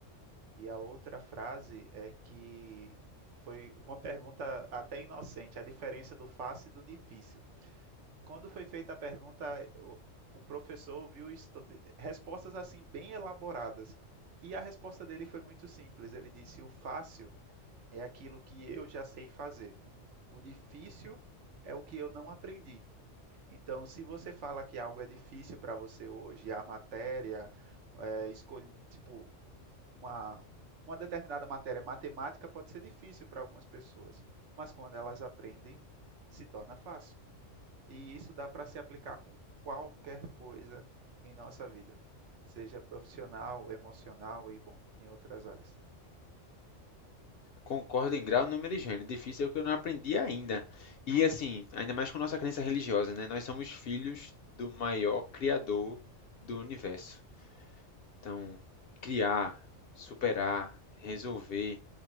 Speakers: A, on the right; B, on the left.
A: E a outra frase é que foi uma pergunta até inocente, a diferença do fácil e do difícil. Quando foi feita a pergunta, o, o professor viu respostas assim bem elaboradas. E a resposta dele foi muito simples. Ele disse: "O fácil é aquilo que eu já sei fazer. O difícil é o que eu não aprendi. Então, se você fala que algo é difícil para você hoje, a matéria, é, escolhe, tipo, uma, uma determinada matéria matemática pode ser difícil para algumas pessoas, mas quando elas aprendem, se torna fácil. E isso dá para se aplicar com qualquer coisa em nossa vida, seja profissional, emocional e, bom, em outras áreas.
B: Concordo em grau, número e gênero. Difícil é o que eu não aprendi ainda. E assim, ainda mais com nossa crença religiosa, né? Nós somos filhos do maior criador do universo. Então, criar, superar, resolver,